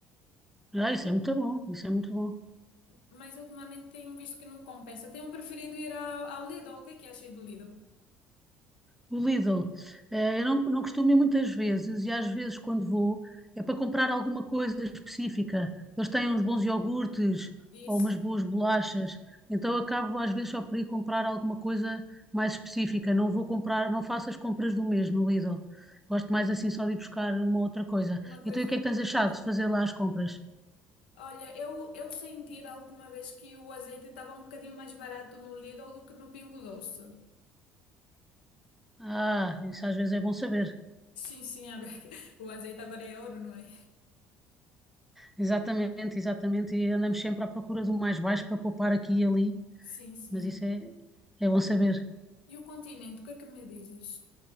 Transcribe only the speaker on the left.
Mas ultimamente tenho visto que não compensa. Tenho preferido ir ao, ao Lidl. O que é que achas do Lidl?
Isso,
uma coisa
ou
outra.
Olha, eu, eu senti da última vez que o azeite estava um bocadinho mais barato no Lidl do que no Pingo Doce.
Sim, sim, agora que- <laughs> o azeite agora é ouro, não é?
Sim, sim.
E o continente, o que é que me dizes?